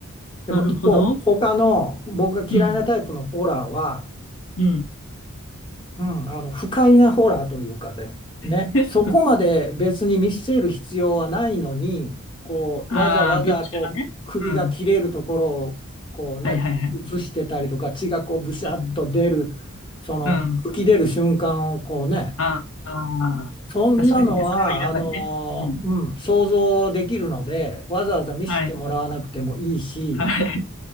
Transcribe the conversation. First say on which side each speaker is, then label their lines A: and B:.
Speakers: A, on the left; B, on the left.
A: でも一方他の僕が嫌いなタイプのホラーは、
B: なるほど。うん。うん。
A: うん、あの不快なホラーというかで、ね、
B: <laughs>
A: そこまで別に見せる必要はないのにこうわざわざこう首が切れるところをこう、
B: ああ、描写がね。うん。
A: ね、
B: はいはいはい。
A: 映してたりとか血がこうブシャッと出るその吹き出る瞬間をこうね
B: うん。うんああ、
A: そんなのは、
B: 確かにね。それはいらないね。
A: あの、
B: うん。
A: うん、想像できるので、わざわざ見せてもらわなくてもいいし、
B: はい。はい。